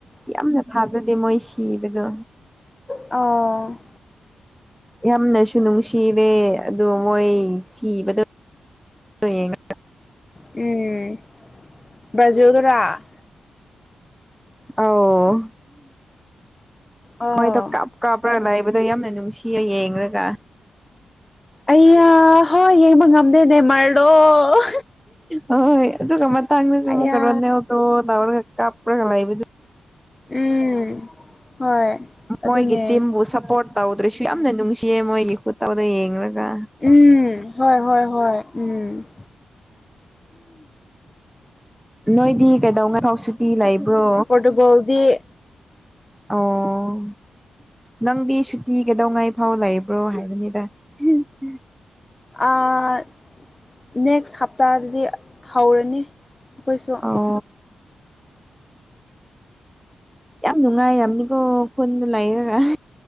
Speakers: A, in the centre; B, on the left.
A: ꯌꯥꯝꯅ ꯊꯥꯖꯗꯦ ꯃꯣꯏ ꯁꯤꯕꯗꯣ
B: ꯑꯣ
A: ꯌꯥꯝꯅꯁꯨ ꯅꯨꯡꯁꯤꯔꯦ ꯑꯗꯣ ꯃꯣꯏ ꯁꯤꯕꯗꯣ ꯌꯦꯡ
B: ꯎꯝ ꯕ꯭ꯔꯖꯤꯜꯒꯔ
A: ꯑꯧ
B: ꯑꯥꯎ
A: ꯃꯣꯏꯗꯣ ꯀꯞ ꯀꯥꯞꯄ꯭ꯔꯥ ꯂꯩꯕꯗꯣ ꯌꯥꯝꯅ ꯅꯨꯡꯁꯤꯌꯦ ꯌꯦꯡꯔꯒ
B: ꯑꯩꯌꯥ ꯍꯣꯏ ꯌꯦꯡꯕ ꯉꯝꯗꯦꯅꯦ ꯃꯥꯏ ꯂꯣꯔꯗ
A: ꯍꯣꯏ ꯑꯗꯨꯒ ꯃꯇꯥꯡꯗꯁꯨ
B: ꯑꯌꯥ
A: ꯑꯃꯨꯛꯀ ꯔꯣꯅꯦꯜꯗꯣ ꯇꯥꯎꯔꯒ ꯀꯥꯞꯄ꯭ꯔꯒ ꯂꯩꯕꯗꯨ
B: ꯎꯝ ꯍꯣꯏ
A: ꯃꯣꯏꯒꯤ
B: ꯑꯗꯨꯅꯦ
A: ꯇꯤꯝꯕꯨ ꯁꯄꯣꯠ ꯇꯧꯗ꯭ꯔꯁꯨ ꯌꯥꯝꯅ ꯅꯨꯡꯁꯤꯌꯦ ꯃꯣꯏꯒꯤ ꯈꯨꯠꯇꯧꯗꯣ ꯌꯦꯡꯂꯒ
B: ꯎꯝ ꯍꯣꯏ ꯍꯣꯏ ꯍꯣꯏ ꯎꯝ
A: ꯅꯣꯏꯗꯤ ꯀꯩꯗꯧꯉꯥꯏꯐꯥꯎ ꯁꯨꯇꯤ ꯂꯩꯕ꯭ꯔꯣ
B: ꯄꯔꯣꯇꯨꯒꯣꯜꯗꯤ
A: ꯑꯣ ꯅꯪꯗꯤ ꯁꯨꯇꯤ ꯀꯗꯧꯉꯥꯏ ꯐꯥꯎ ꯂꯩꯕ꯭ꯔꯣ ꯍꯥꯏꯕꯅꯤꯗ <unintelligible>
B: ꯑꯥ ꯅꯦꯛꯁ ꯍꯞꯇꯥꯗꯗꯤ ꯍꯧꯔꯅꯤ ꯑꯩꯈꯣꯏꯁꯨ
A: ꯑꯣ ꯌꯥꯝ ꯅꯨꯡꯉꯥꯏꯔꯝꯅꯤꯀꯣ ꯈꯨꯟꯗ ꯂꯩꯔꯒ